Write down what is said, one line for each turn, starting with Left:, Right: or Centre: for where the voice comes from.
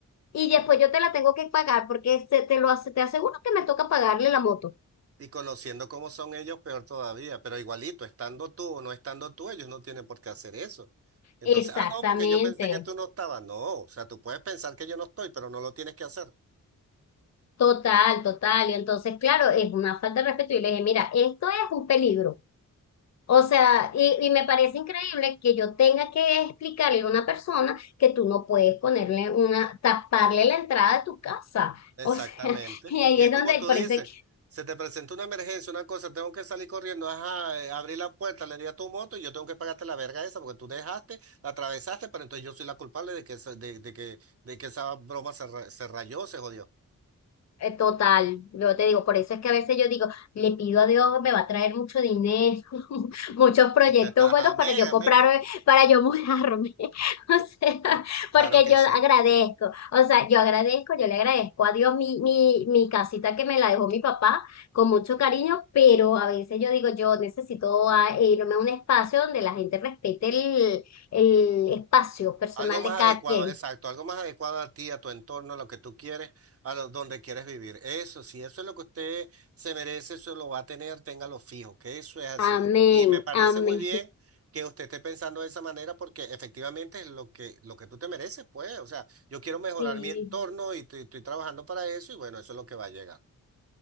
Left: y después yo te la tengo que pagar porque se- te lo hace- te aseguro que me toca pagarle la moto.
Right: Y conociendo cómo son ellos, peor todavía. Pero igualito, estando tú o no estando tú, ellos no tienen por qué hacer eso. Entonces,
Left: Exactamente.
Right: ah, no, porque yo pensé que tú no estabas. No, o sea, tú puedes pensar que yo no estoy, pero no lo tienes que hacer.
Left: Total, total. Y entonces, claro, es una falta de respeto. Y le dije, mira, esto es un peligro. O sea, y, y me parece increíble que yo tenga que explicarle a una persona que tú no puedes ponerle una, taparle la entrada de tu casa.
Right: Exactamente.
Left: O sea, <laughs> y ahí
Right: Y
Left: es
Right: es como
Left: donde
Right: tú
Left: parece
Right: dices, se te presenta una emergencia, una cosa, tengo que salir corriendo, ajá, eh, abrí la puerta, le di a tu moto y yo tengo que pagarte la verga esa porque tú dejaste, la atravesaste, pero entonces yo soy la culpable de que, esa- de, de que, de que esa broma se, ra- se rayó, se jodió.
Left: Eh, Total, yo te digo, por eso es que a veces yo digo, le pido a Dios, me va a traer mucho dinero, <laughs> muchos proyectos
Right: <laughs>
Left: buenos
Right: Amén,
Left: para yo
Right: amén.
Left: comprar, para yo mudarme, <laughs> o sea,
Right: Claro
Left: porque
Right: que
Left: yo
Right: sí.
Left: agradezco, o sea, yo agradezco, yo le agradezco a Dios mi, mi, mi casita que me la dejó mi papá con mucho cariño, pero a veces yo digo, yo necesito ah, e irme a un espacio donde la gente respete el, el espacio personal
Right: Algo más
Left: de cada
Right: adecuado,
Left: quien.
Right: exacto, algo más adecuado a ti, a tu entorno, a lo que tú quieres, a lo- donde quieres vivir. Eso, si eso es lo que usted se merece, eso lo va a tener, téngalo fijo, que eso es así.
Left: Amén,
Right: Y me parece
Left: amén,
Right: muy bien que usted esté pensando de esa manera porque efectivamente es lo que, lo que tú te mereces, pues. O sea, yo quiero mejorar
Left: sí.
Right: mi entorno y estoy, estoy trabajando para eso y bueno, eso es lo que va a llegar.